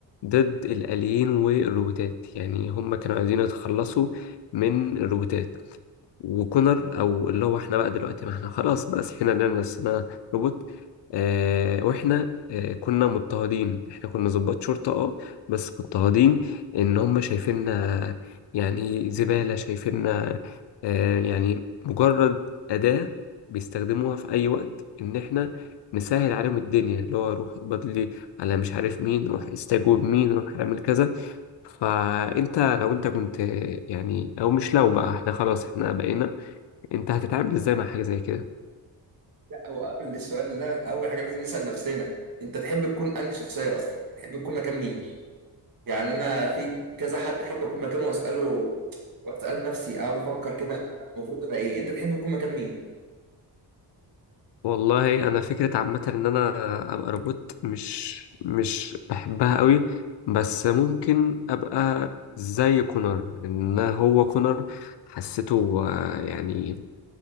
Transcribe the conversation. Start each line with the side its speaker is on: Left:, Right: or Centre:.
Left: ضد الآليين والروبوتات يعني هم كانوا عايزين يتخلصوا من الروبوتات وكونر او اللي هو احنا بقى دلوقتي ما احنا خلاص بقى صحينا لنا نفسنا روبوت آه واحنا آه كنا مضطهدين احنا كنا ضباط شرطة اه بس مضطهدين ان هم شايفيننا يعني زبالة شايفيننا آه يعني مجرد أداة بيستخدموها في أي وقت إن إحنا نسهل عليهم الدنيا اللي هو روح اقبض لي على مش عارف مين روح استجوب مين روح اعمل كذا فأنت لو أنت كنت يعني أو مش لو بقى إحنا خلاص إحنا بقينا انت هتتعامل ازاي مع حاجه زي كده
Right: لا هو قبل السؤال ده أول حاجة لازم نسأل نفسنا أنت تحب تكون أنهي شخصية أصلا تحب تكون مكان مين يعني أنا في كذا حد أحب أكون مكانه وأسأله وأسأل نفسي أقعد أفكر كده أنا المفروض أبقى إيه أنت تحب تكون مكان مين
Left: والله انا فكره عامه ان انا ابقى روبوت مش مش بحبها قوي بس ممكن ابقى زي كونر ان هو كونر حسيته آه، يعني